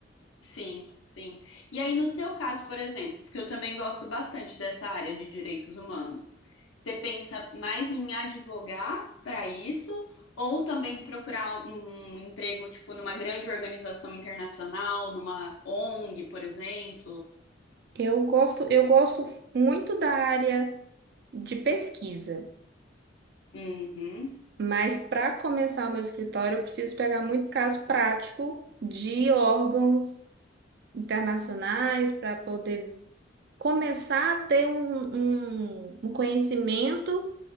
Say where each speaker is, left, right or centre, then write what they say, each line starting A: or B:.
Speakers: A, on the left; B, on the right.
A: Sim, sim. E aí, no seu caso, por exemplo, porque eu também gosto bastante dessa área de direitos humanos, você pensa mais em advogar para isso ou também procurar um emprego, tipo, numa grande organização internacional, numa ONG, por exemplo?
B: Eu gosto, eu gosto muito da área de pesquisa,
A: Uhum.
B: mas para começar o meu escritório, eu preciso pegar muito caso prático de órgãos internacionais para poder começar a ter um, um, um conhecimento